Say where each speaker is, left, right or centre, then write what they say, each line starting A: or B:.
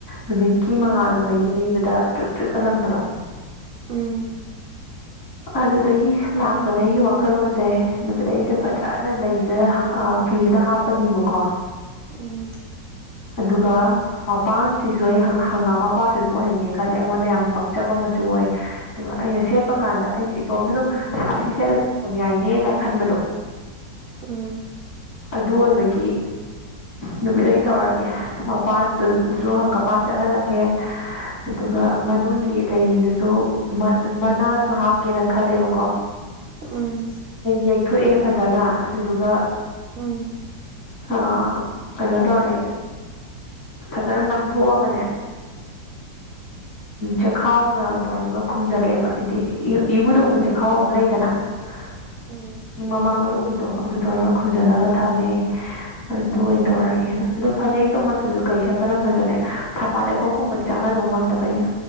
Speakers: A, on the left; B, on the right.
A: ꯅꯨꯃꯤꯠꯀꯤ
B: ꯎꯝ
A: ꯃꯉꯥꯜꯂꯒ ꯌꯩꯕꯗ ꯇ꯭ꯔꯤꯛ ꯇ꯭ꯔꯤꯛꯀ ꯂꯪꯕꯗꯣ
B: ꯎꯝ꯫
A: ꯑꯗꯨꯗꯒꯤ ꯂꯥꯛꯄꯗ ꯑꯩꯒꯤ ꯋꯥꯈꯜꯂꯣꯟꯁꯦ ꯅꯨꯃꯤꯠ ꯑꯩꯁꯦ ꯐꯖꯅ ꯂꯩ꯫ ꯐꯤꯁꯤꯗ ꯍꯥꯞꯄꯅꯦꯕꯀꯣ꯫
B: ꯎꯝ꯫
A: ꯑꯗꯨꯒ꯫ ꯃꯄꯥꯟꯁꯤꯁꯨ ꯑꯩ ꯍꯪꯒꯥꯝ ꯃꯄꯥꯟꯁꯨ ꯑꯗꯨꯝ ꯑꯣꯏꯍꯟꯒꯦ ꯈꯜꯂꯦ ꯑꯩꯉꯣꯟꯗ ꯌꯥꯝ ꯄꯛꯆꯕ ꯃꯆꯨ ꯑꯣꯏ꯫ ꯑꯗꯨꯒ ꯑꯩꯅ ꯁꯦꯠꯄ ꯀꯥꯟꯗ ꯑꯩꯅ ꯏꯇꯣꯝꯗꯗ ꯑꯁꯤ ꯁꯦꯠꯂꯝ ꯌꯥꯏꯅꯦ ꯀꯥꯏꯅ ꯈꯟꯕꯗꯣ꯫
B: ꯎꯝ
A: ꯑꯗꯨ ꯑꯣꯏꯕꯒꯤ ꯅꯨꯃꯤꯠ ꯂꯩ ꯇꯧꯔꯒꯦ꯫ ꯃꯄꯥꯟꯗꯨꯁꯨ ꯍꯪꯀꯄꯥꯟ ꯆꯠꯍꯜꯂꯒꯦ ꯑꯗꯨꯒ꯫ ꯃꯅꯨꯡꯒꯤ ꯂꯩꯁꯤꯡꯗꯨꯁꯨ ꯃꯅꯥꯁꯨ ꯍꯥꯞꯀꯦꯅ ꯈꯜꯂꯦꯕꯀꯣ꯫
B: ꯑꯥ꯫
A: ꯌꯦꯛꯊꯣꯛꯑꯦ ꯐꯖꯅ ꯑꯗꯨꯗꯨꯒ꯫
B: ꯎꯝ꯫
A: ꯑꯥ ꯀꯩꯅꯣ ꯇꯧꯔꯦ꯫ ꯐꯖꯅ ꯅꯝꯊꯣꯛꯑꯒꯅꯦ꯫ ꯆꯈꯥꯎꯅ ꯇꯧꯔꯒ ꯈꯨꯝꯖꯤꯜꯂꯦꯕ ꯍꯥꯏꯗꯤ ꯏꯎꯗ ꯎꯕ ꯆꯈꯥꯎ ꯑꯃ ꯂꯩꯗꯅ꯫ ꯎꯝ꯫
B: ꯑꯣ꯫
A: ꯏꯪ ꯃꯃꯥꯡ ꯂꯣꯏ ꯎꯕꯗꯣ ꯑꯗꯨ ꯇꯧꯔꯒ ꯈ ꯈꯨꯟꯖꯜꯂꯒ ꯊꯝꯃꯦ ꯑꯗꯨ
B: ꯎꯝ
A: ꯑꯣꯏꯅ ꯇꯧꯔꯒꯦꯅ꯫ ꯑꯗꯨ ꯐꯅꯦꯛꯇꯣ ꯃꯆꯨꯗ ꯀꯩ ꯁꯦꯠꯄꯅ ꯐꯖꯅꯦ ꯊꯝꯕꯥꯜ ꯂꯩꯈꯣꯛꯀꯨꯝꯕꯗꯤ ꯆꯥꯅꯗꯧ ꯃꯥꯟꯗꯕ ꯑꯩꯅ꯫